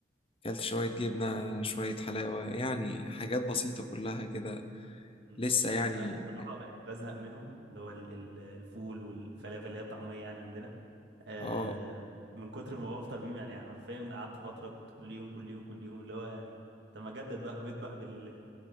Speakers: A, on the left; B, on the right.
A: اكلت شوية جبنة شوية حلاوة يعني حاجات بسيطة كلها كده
B: مم.
A: لسه يعني
B: انا بصراحه بقيت بزهق منهم اللي هو ال- ال- الفول والفلافل اللي هي الطعميه يعني عندنا آه
A: اه
B: من كتر ما بفطر بيهم يعني حرفيا قعدت فتره كنت كل يوم كل يوم كل يوم اللي هو يعني طب ما اجدد بقى بيض بقى بال